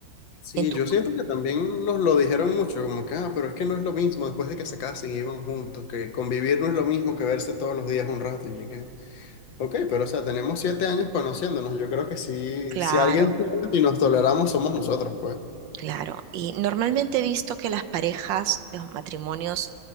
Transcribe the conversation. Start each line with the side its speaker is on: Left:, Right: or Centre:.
Left: Sí,
Right: En tu,
Left: yo siento que también nos lo dijeron mucho, como que, ah, pero es que no es lo mismo después de que se casen y vivan juntos, que convivir no es lo mismo que verse todos los días un rato. Y yo que, ok, pero o sea, tenemos siete años conociéndonos, yo creo que sí,
Right: claro,
Left: si alguien sabe y nos toleramos somos nosotros, pues.
Right: claro. Y normalmente he visto que las parejas, los matrimonios